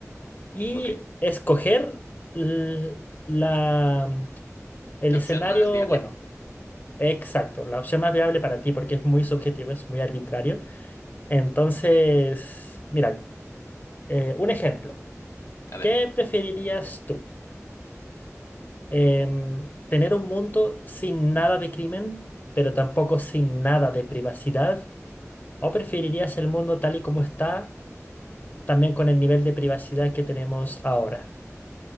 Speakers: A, on the left (about 35°); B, on the left (about 80°).
A: y
B: Ok.
A: escoger l- la, el
B: La
A: escenario,
B: opción más viable,
A: bueno, exacto, la opción más viable para ti, porque es muy subjetivo, es muy arbitrario. Entonces, mira, eh, un ejemplo.
B: a ver,
A: ¿Qué preferirías tú? Em, ¿tener un mundo sin nada de crimen, pero tampoco sin nada de privacidad? ¿O preferirías el mundo tal y como está, también con el nivel de privacidad que tenemos ahora?